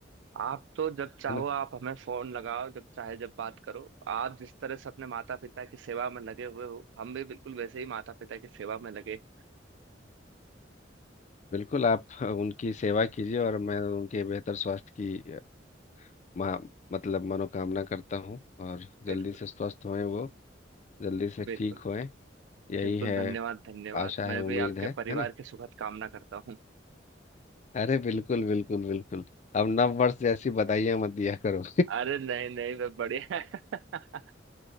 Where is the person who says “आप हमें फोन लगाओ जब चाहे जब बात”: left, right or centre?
Right